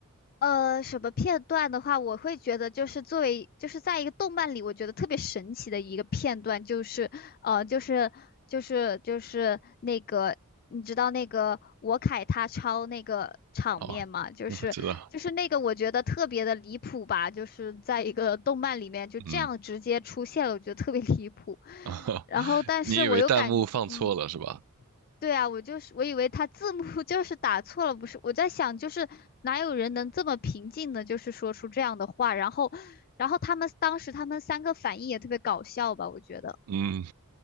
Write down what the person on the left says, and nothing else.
呃，什么片段的话，我会觉得就是作为就是在一个动漫里，我觉得特别神奇的一个片段，就是呃，就是就是就是那个，你知道那个我凯他抄那个场面吗？
就是就是那个，
我觉得特别的离谱吧，就是在一个动漫里面就这样直接出现了，
我觉得特别离谱。
然后，但是我又感，
嗯。对啊，我就是我以为他字幕 <laughs> 就是打错了，不是？我在想，就是哪有人能这么平静的，就是说出这样的话？然后，然后他们当时他们三个反应也特别搞笑吧？我觉得，